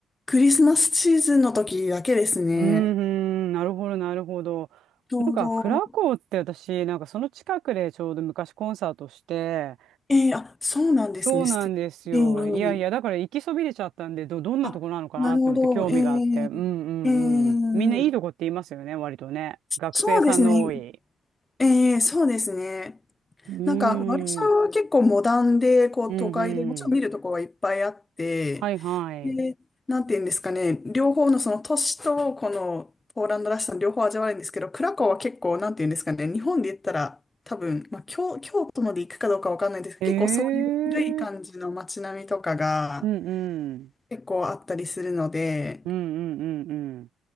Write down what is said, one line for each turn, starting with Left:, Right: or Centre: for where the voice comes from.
Left: クリスマスシーズンの時だけですね。
Right: うーん、なるほど、なるほど。
Left: ちょうど
Right: なんか、クラコーって私、なんかその近くでちょうど昔コンサートして、
Left: ええあ、そうなんですね。
Right: そうなんですよ。
Left: 素敵。ええ
Right: いやいや、だから行きそびれちゃったんで、ど、どんなとこなのかなって思って興味があって。
Left: あ、なるほど。えええ
Right: うんうんうん。みんないいとこって言いますよね、
Left: え
Right: 割とね。学生さんの多い。
Left: そうですね。ええそうですね。
Right: うーん、
Left: なんか、ワルシャワは結構モダンで、こう、
Right: うんうん。
Left: 都会で、もちろん見るとこはいっぱいあって、
Right: はいはい。
Left: で、なんていうんですかね、両方のその都市と、このポーランドらしさの両方味わえるんですけど、クラコワは結構、なんていうんですかね、日本で言ったら、多分、まあ、京、京都まで行くかどうかわかんないんですけど、
Right: ええー
Left: 結構そういう古い感じの街並みとかが、
Right: うんうん。
Left: 結構あったりするので、
Right: うんうんうんうん。